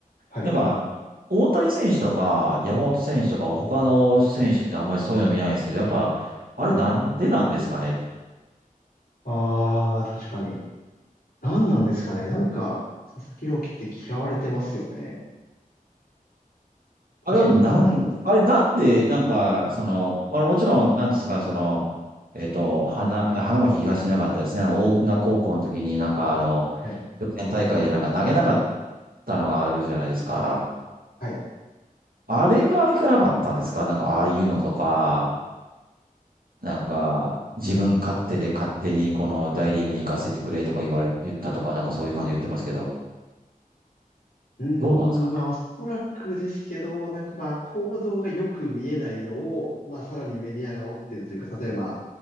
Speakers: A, on the left; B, on the right.
A: はい
B: なんか、大谷選手とか、山本選手とか、他の選手ってあんまりそういうの見ないんですけど、やっぱ、あれなんでなんですかねっ
A: ああ、確かに。何なんですかね。なんか、佐々木朗希って嫌われてますよね。確かになんでなんですか。
B: あれをなん、あれなんで、なんか、その、あのもちろん、なんですか、その、えっと、花、花巻東じゃなかったですね。大船高校の時になんかあの、
A: はい、
B: 予選大会でなんか投げなかったのがあるじゃないですか。
A: はい。
B: あれがいかなかったんですかなんかああいうのとか、なんか、自分勝手で勝手にこの大リーグに行かせてくれとか言われ、言ったとか、なんかそういう感じで言ってますけど、
A: うーん、
B: どうなんですかね。
A: まあ、おそらくですけど、なんかまあ、行動がよく見えないのを、まあ、さらにメディアが煽ってるというか、例えば、